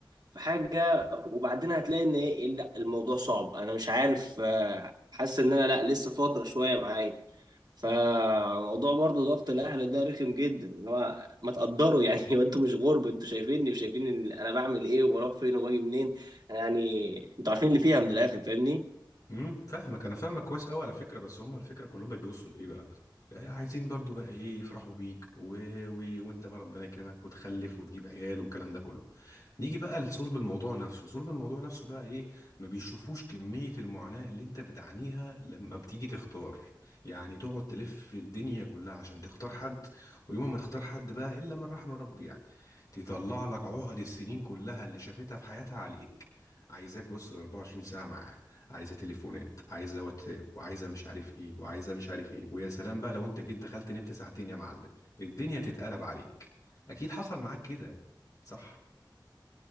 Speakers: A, on the right; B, on the left.
A: في حاجة وبعدين هتلاقي إن إيه لا الموضوع صعب أنا مش عارف آه، حاسس إن أنا لا لسه فترة شوية معايا فموضوع برضو ضغط الاهل ده رخم جدا اللي هو ما تقدروا يعني <laughs> هو انتوا مش غرب انتوا شايفيني وشايفين إن انا بعمل ايه وبروح فين وباجي منين يعني انتوا عارفين اللي فيها من الاخر فاهمني
B: امم فاهمك أنا فاهمك كويس أوي على فكرة بس هم على فكرة كلهم بيبصوا لإيه بقى؟ آه، عايزين برضو بقى إيه يفرحوا بيك و... و... وأنت بقى ربنا يكرمك وتخلف وتجيب عيال والكلام ده كله نيجي بقى لصلب الموضوع نفسه صلب الموضوع نفسه بقى ايه ما بيشوفوش كمية المعاناة اللي انت بتعانيها لما بتيجي تختار يعني تقعد تلف في الدنيا كلها عشان تختار حد ويوم ما تختار حد بقى الا من رحم ربي يعني تطلع لك عقد السنين كلها اللي شافتها في حياتها عليك عايزاك بص ال 24 ساعة معاه عايزة تليفونات عايزة واتساب وعايزة مش عارف ايه وعايزة مش عارف ايه ويا سلام بقى لو انت جيت دخلت نمت ساعتين يا معلم الدنيا تتقلب عليك اكيد حصل معاك كده صح